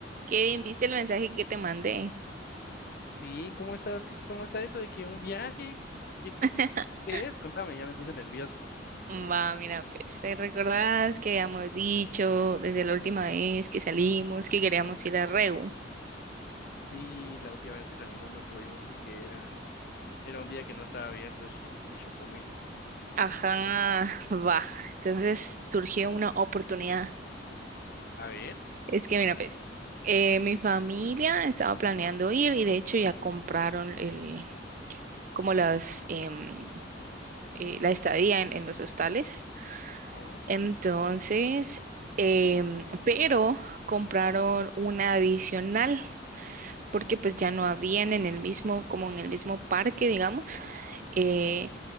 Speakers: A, on the right; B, on the left.
A: Kevin, ¿viste el mensaje que te mandé?
B: Sí, ¿cómo estás? Sí, ¿Cómo está eso de que un viaje? ¿Qué, qué-
A: <laughs>
B: qué- qué es? Contame, ya me puse nervioso.
A: Va, mira, pues, ¿te recordás que habíamos dicho desde la última vez que salimos que queríamos ir a Reu?
B: Sí, la última vez que salimos no pudimos porque era, era un día que no estaba abierto Ch- el Chocomil.
A: Ajá, <laughs> va. Entonces surgió una oportunidad.
B: A ver.
A: Es que, mira, pues, eh, mi familia estaba planeando ir y de hecho ya compraron el, como las, em, eh, la estadía en, en los hostales.
B: Oh,
A: Entonces, em, pero compraron una adicional. porque pues ya no habían en el mismo, como en el mismo parque, digamos, eh,
B: ujú,